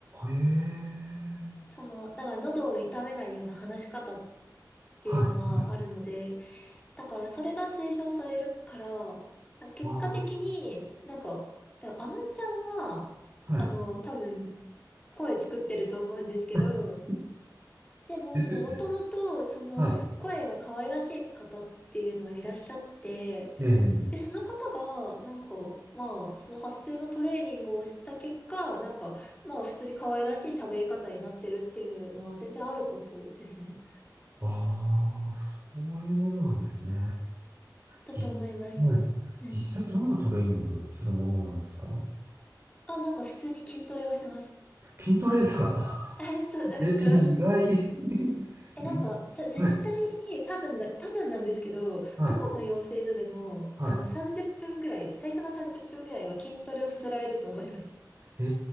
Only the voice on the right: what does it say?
い。へえ、
はい、はい。
あ
あ、はい。
<laughs>
ですよね。
はい。
ええ、
ああ、そういうものなんですね。
じ、はい。
実際どんなトレーニングするものなんですか
筋トレですか
<laughs>
え、意外 <laughs> 意
外
はい、
はい、
はい。
え